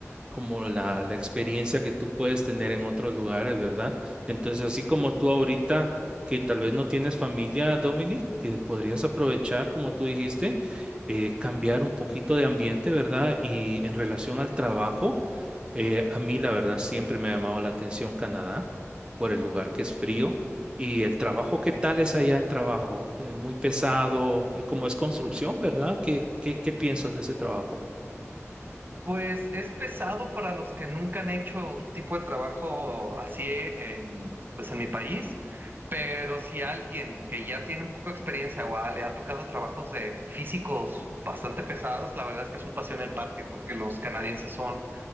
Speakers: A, on the right (about 20°); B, on the right (about 40°).
A: como la, la experiencia que tú puedes tener en otros lugares, ¿verdad? Entonces, así como tú ahorita, que tal vez no tienes familia, Dominic, que podrías aprovechar, como tú dijiste, eh, cambiar un poquito de ambiente, ¿verdad? Y en relación al trabajo, eh, a mí la verdad siempre me ha llamado la atención Canadá por el lugar que es frío. Y el trabajo, ¿qué tal es allá el trabajo? Eh, muy pesado, eh, como es construcción, ¿verdad? ¿Qué, qué, qué piensas de ese trabajo?
B: Pues es pesado para los que nunca han hecho un tipo de trabajo así en, pues en mi país. Pero si alguien que ya tiene un poco de experiencia o ah, le ha tocado trabajos de físicos bastante pesados, la verdad es que es un paseo en el parque porque los canadienses son